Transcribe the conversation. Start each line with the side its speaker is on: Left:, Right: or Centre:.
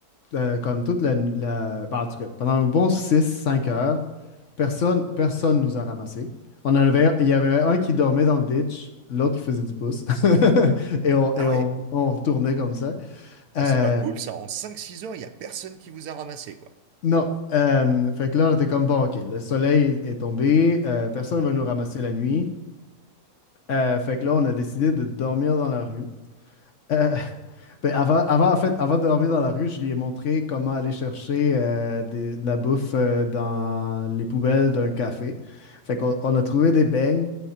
Left: euh, comme toute la, la. ben, en tout cas, pendant un bon six cinq heures. Personne, personne nous a ramassés. On en avait, il y avait un qui dormait dans le ditch, l'autre qui faisait du pouce. <laughs> Et on, et
Right: Ah
Left: on,
Right: ouais.
Left: on tournait comme ça. Euh,
Right: Mais c'est pas cool, ça, en cinq six heures, il y a personne qui vous a ramassé, quoi.
Left: Non. Euh, fait que là, on était comme, bon, OK, le soleil est tombé, euh, personne
Right: Mhm,
Left: ne va nous ramasser la nuit. Euh, fait que là, on a décidé de dormir dans la rue. Euh, <laughs> ben, avant, avant, en fait, avant de dormir dans la rue, je lui ai montré comment aller chercher euh, des- de la bouffe euh, dans les poubelles d'un café. Fait qu'on on a trouvé des beignes,